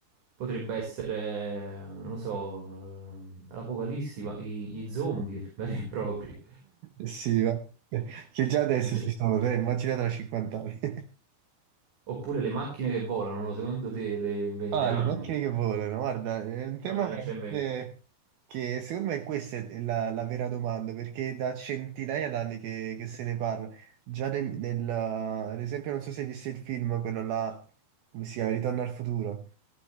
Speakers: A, on the right; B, on the right.
A: Potrebbe essere, non lo so, ehm, l'Apocalissi, va- i- gli zombie <laughs> veri e propri.
B: Sì, va- che già adesso
A: <laughs>
B: ci sono, dai, immagina tra 50 anni. <laughs>
A: Oppure le macchine che volano, no, secondo te le inventeranno?
B: Ah, le macchine che volano, guarda, è un tema
A: No, non
B: veramente
A: c'è invento.
B: che secondo me questa è la, la vera domanda, perché da centinaia d'anni che, che se ne parla. Già nel, nel- ad esempio, non so se hai visto il film, quello là, come si chiama, Ritorno al futuro.